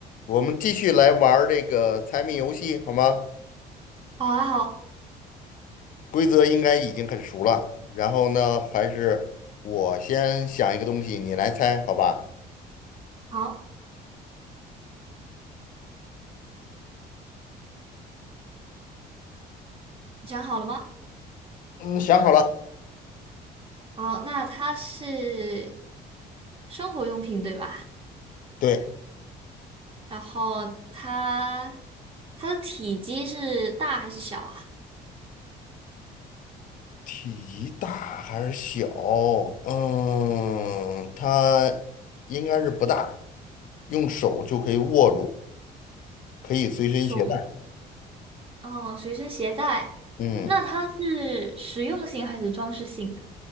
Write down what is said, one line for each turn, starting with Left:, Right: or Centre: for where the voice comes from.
Left: 我们继续来玩儿这个猜谜游戏，好吗？
Right: 好啊，好，
Left: 规则应该已经很熟了。然后呢，还是我先想一个东西，你来猜，好吧？
Right: 好，你想好了吗？
Left: 嗯，想好了。
Right: 好，那它是生活用品对吧？
Left: 对，
Right: 然后它它的体积是大还是小啊？
Left: 体积大还是小？嗯，它应该是不大，用手就可以握住，可以随身携带。
Right: 手，哦，随身携带。
Left: 嗯，
Right: 那它是实用性还是装饰性的？